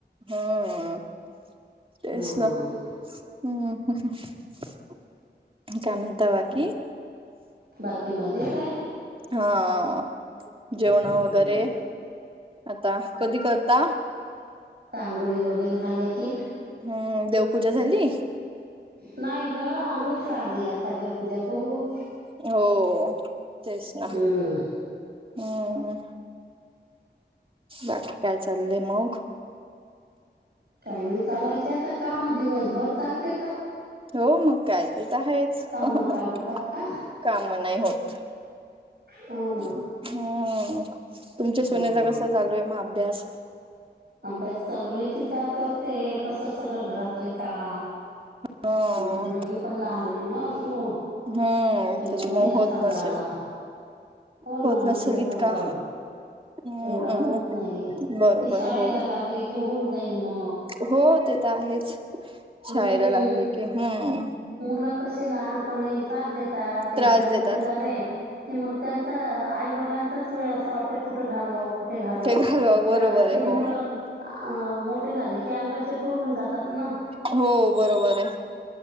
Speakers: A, on the right; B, on the right.
A: ह ह. तेच
B: हम्म
A: ना हम हम हं-हं काय म्हणता बाकी.
B: बाकी मजेेत आहे.
A: हा हा जेवण वगैरे
B: हम्म
A: आता कधी करता.
B: ता आंगोळी वगैरे झाल्या की.
A: हम्म देव पूजा झाली.
B: नाही गं आंघोळच राहिली आता देवपूजा करू.
A: हो हो तेच ना
B: हम्म
A: हम्म हम्म. बाकी काय चालय मग.
B: काही नाही चालायचे आता कामा दिवसभर चालतेचं.
A: हो मग काय ते तर आहेच
B: काम
A: हं हं
B: का
A: हं
B: होतात का
A: काम नाही होत.
B: हो ना
A: हम्म ह्म्म तुमचं
B: हम्म
A: सुनेचा कसं चालू आहे म अभ्यास.
B: अभ्यास चालू आहे तीचा करते, कसं सगळं घरातले काम
A: ह
B: त्याची मुलगी पण लहान आहे ना अजुन.
A: हम्म
B: त्याच्यामुळे तिला
A: होत
B: सांभाळा.
A: नसेल
B: हो ना
A: होत नसेल
B: तिला सांभाळू
A: इतका हम्म
B: एवढा होत नाही.
A: बरोबर
B: ती शाळेला
A: आहे हो
B: लागले कि होऊन जाईल. मग
A: हो ते त आहेच
B: हम्म
A: शाळेला लागले की हम्म.
B: मुलं कसे लहानपणी त्रास देतात. एकदा
A: त्रास
B: मोठे
A: देतात
B: झाले
A: हं.
B: की मग त्यांचा आई वडिलांचाच वेळ असं वाटतंय कुठं घालवाव, कुठे घालवाव,
A: घालवा
B: कारण
A: बरोबर
B: की
A: आहे हो
B: मुलं अ मोठे झाले की अंगाचे दूर होऊन जातात ना.
A: हो, बरोबर आहे.